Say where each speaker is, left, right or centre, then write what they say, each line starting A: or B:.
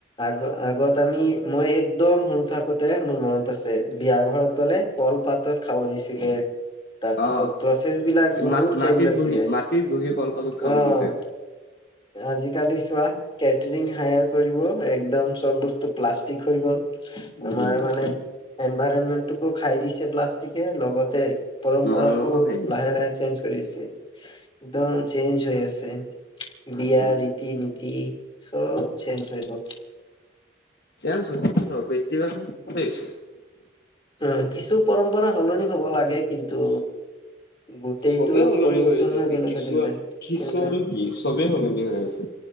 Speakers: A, on the left (about 25°); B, on the left (about 50°).
A: গ আগত আমি মই এক্দম সৰু থাকোতে মোৰ মনত আছে বিয়া ঘৰত গলে ক <unintelligible> পাতত খাব দিছিলে তাৰপিছত
B: অ
A: প্ৰচেছ বিলাক বহুত
B: মা মাটিত
A: চেঞ্জ আছিলে
B: বহি মাটিত বহি কলপাতত খাব
A: আহ
B: দিছে
A: আজিকালি চোৱা কেটৰিং হায়াৰ <unintelligible> একদম চব বস্তু প্লাষ্টিক হৈ গল
B: উম
A: আমাৰ মানে এনভাইৰনমেন্টোকো খাই দিছে প্লাষ্টিকে লগতে পৰম্পৰাকো
B: মানুহকো খাই দিছে
A: লাহে লাহে চেঞ্জ কৰিছে একদম চেঞ্জ হৈ আছে <unintelligible> বিয়া
B: উম
A: ৰীতি নীতি চব চেঞ্জ হৈ গ <unintelligible>
B: চান্স কি হ বিছে <unintelligible>
A: <inaudible> উ কিছু পৰম্পৰা সলনি হব লাগে কিন্তু গোটেইটো
B: চবেই সলনি
A: পৰিৱৰ্তন
B: আছে
A: হৈ গল
B: এতিয়া কিছু
A: কে
B: আৰু কিছু
A: কিন্তু
B: আৰু কি চবেই সলনি হৈ আছে